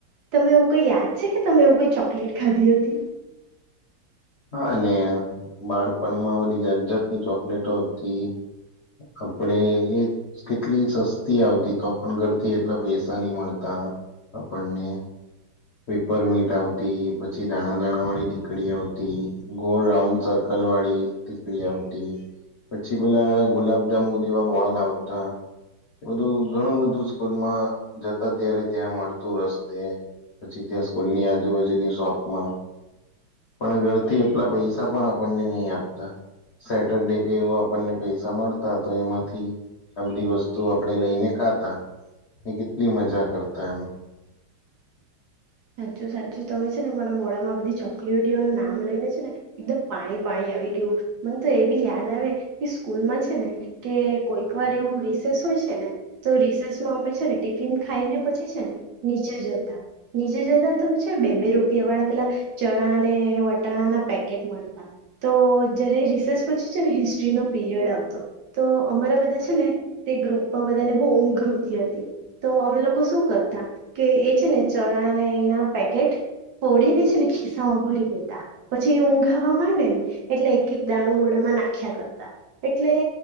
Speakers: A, on the right; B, on the left.
A: તમે એવું કઈ યાદ છે કે તમે એવું કઈ ચોકલેટ ખાધી હતી?
B: હા બાળપણમાં બધી જાત જાતની ચોકલેટો હતી આપણેે એ કેટલી સસ્તી આવતી તો પણણ ઘરથી એટલા પૈસા નહ મળતા આપણને. પેપર મીટ આવતી પછી દાણા દાણા વાળી ટીકડી આવતી ગોળ રાઉન્ડ સર્કલ વાળી ટીકડી આવતી પછી પેલા ગુલાબજંબુ જેવા બોલ આવતા એ બધું ઘણું બધું સ્કૂલમાં જતા ત્યારે ત્યાં મળતું રસ્તે. પછી ત્યાં સ્કૂલની આજુબાજુની શોપમાં પણ ઘરથી એટલા પૈસા પણ આપણને નહી આપતા સેટરડે કે એવું આપણને પૈસા મળતા તો એમાંથી આ બધ વસ્તુ આપણે લઈને ખાતા કેટલી મજા કરતા એમ.
A: સાચું સાચું તમે છે ને મારા મોડામાં આ બધી ચોકલેટીઓ નામ લઈને છે ને એકદમ પાણી પાણી આવી ગયું મને તો એ બી યાદ આવે સ્કૂલમાં છે ને કે કોઈક વાર એવું રિસેસ હોય છે ને તો રીસેસ મા અમે છે ને ટિફિન ખાઈ ને પછી છે ને નીચે જતા. નીચે જતા તોછ બે બે રૂપિયા વાળા પેલા ચણા અને વટાણાના પેકેટ મળતા તો જયારે રિસર્ચ પછી છે ને હિસ્ટ્રીનો પીરિયડ આવતો તો અમારા બધા છે ને તે ગ્રુપમાં બધાને બહુ ઊંઘ આવતી હતી તો અમે લોકો શું કરતા કે એ છે ને ચણાને એના પેકેટ ફોડીને છે ને ખીસ્સામાં ભરી દેતા પછી એ ઊંઘાવા માંડે ને એટલે એક એક દાણું બળામાં નાખ્યા કરતા એટલે